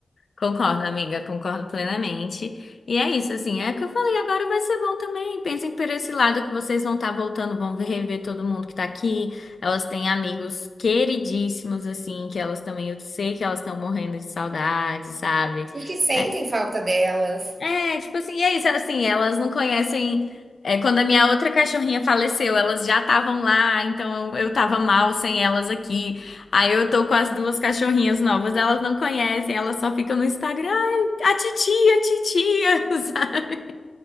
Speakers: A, on the left; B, on the right.
A: Concordo, amiga, concordo plenamente. E é isso, assim, é o que eu falei, agora vai ser bom também. Pensem por esse lado que vocês vão estar voltando, vão rever todo mundo que tá aqui. Elas têm amigos queridíssimos, assim, que elas também, eu sei que elas estão morrendo de saudade, sabe?
B: E que sentem
A: É,
B: falta delas.
A: É, tipo assim, e é isso, assim, elas não conhecem. É, quando a minha outra cachorrinha faleceu, elas já estavam lá, então eu tava mal sem elas aqui. Aí eu tô com as duas cachorrinhas novas, elas não conhecem, elas só ficam no Instagram. Ai, a titia, a titia, <laughs> sabe?